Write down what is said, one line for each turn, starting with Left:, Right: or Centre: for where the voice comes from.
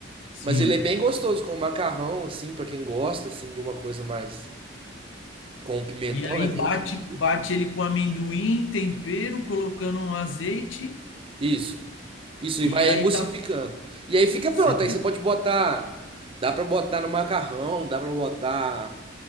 Left: Sim.
Right: Mas ele é bem gostoso com macarrão, assim, pra quem gosta, assim, de uma coisa mais com pimentão,
Left: E aí
Right: né? Tem
Left: bate,
Right: gente que não
Left: bate
Right: curte.
Left: ele com amendoim, tempero, colocando um azeite
Right: Isso. Isso, e
Left: e
Right: vai
Left: aí
Right: emulsificando.
Left: tá.
Right: E aí fica
Left: certo.
Right: pronto. Aí você pode botar. Dá pra botar no macarrão, dá pra botar.